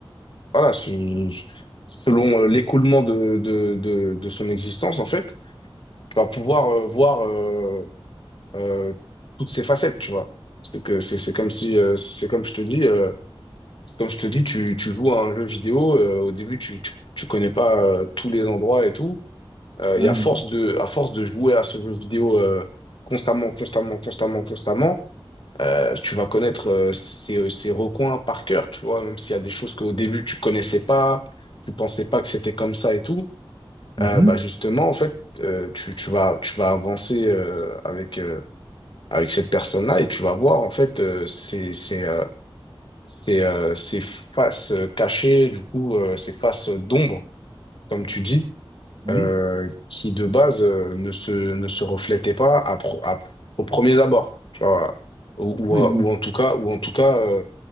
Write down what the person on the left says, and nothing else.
Voilà, je- je- selon euh, l'écoulement de, de, de, de son existence, en fait, tu vas pouvoir euh, voir euh, euh, toutes ses facettes, tu vois. C'est que c'est c'est comme si euh, c'est comme je te dis euh, c'est comme je te dis tu tu joues à un jeu vidéo euh, au début tu tu, tu connais pas euh, tous les endroits et tout euh,
et à force
de à force de jouer à ce jeu vidéo euh, constamment constamment constamment constamment euh, tu vas connaître euh, ces, ces recoins par cœur, tu vois, même s'il y a des choses qu'au début tu connaissais pas, tu pensais pas que c'était comme ça et tout,
euh, bah justement, en fait, euh, tu, tu vas, tu vas avancer euh, avec, euh, avec cette personne-là et tu vas voir, en fait, euh, ces, ces, euh, ces, euh, ces faces cachées, du coup, euh, ces faces d'ombre, comme tu dis,
euh, qui de base euh, ne se, ne se reflétaient pas à pro- à- au premier abord, tu vois, ou, ou,
euh, ou en tout cas, ou en tout cas, euh,